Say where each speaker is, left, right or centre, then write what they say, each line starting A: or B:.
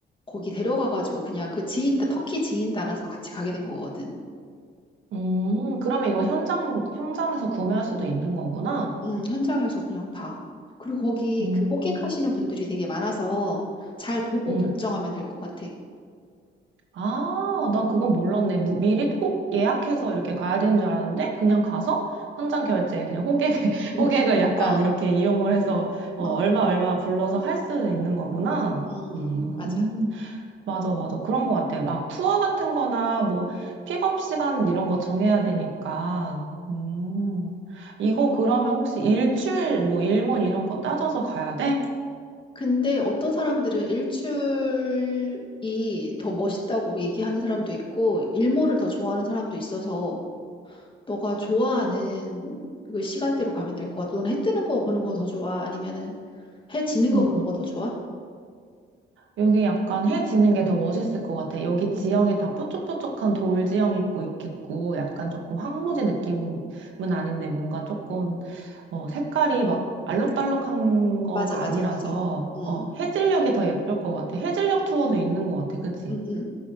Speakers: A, on the left; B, on the right.
A: 거기 데려가가지고 그냥 그 지인, 따- 터키 지인 따라서 같이 가게 된 거거든.
B: 음, 그러면 이거 현장, 현장에서 구매할 수도 있는 거구나?
A: 음, 현장에서 그냥 봐. 그리고 거기
B: 음,
A: 그 호객하시는 분들이 되게 많아서 잘 보고
B: 음.
A: 결정하면 될 것 같아.
B: 아, 난 그건 몰랐네. 무- 미리 꼭 예약해서 이렇게 가야 되는 줄 알았는데, 그냥 가서 현장 결제, 그냥 호객, <laughs>
A: 음.
B: 호객을 약간
A: 어,
B: 이렇게 이용을 해서, 어,
A: 어,
B: 얼마, 얼마 불러서 할 수도 있는 거구나?
A: 음,
B: 음.
A: 맞아.
B: 맞아, 맞아. 그런 것 같아. 막 투어 같은 거나 뭐 픽업 시간 이런 거 정해야 되니까. 음. 이거 그러면 혹시 일출, 뭐 일몰 이런 거 따져서 가야 돼?
A: 근데 어떤 사람들은 일출이 더 멋있다고 얘기하는 사람도 있고, 일몰을 더 좋아하는 사람도 있어서, 너가 좋아하는
B: 음.
A: 그 시간대로 가면 될 것 같아. 너는 해 뜨는 거 보는 거 더 좋아? 아니면은 해 지는 거
B: 음.
A: 보는 거 더 좋아?
B: 여기 약간 해 지는 게 더 멋있을 것 같아. 여기 지형이
A: 음,
B: 다 뾰족뾰족한 돌 지형 있고 있겠고, 약간 조금 황무지 느낌은 아닌데 뭔가 조금 어, 색깔이 막 알록달록한 거가
A: 맞아, 맞아,
B: 아니라서
A: 맞아. 음,
B: 어, 해질녘이 더 예쁠 것 같아. 해질녘 투어도 있는 것 같아. 그치?
A: 음, 음.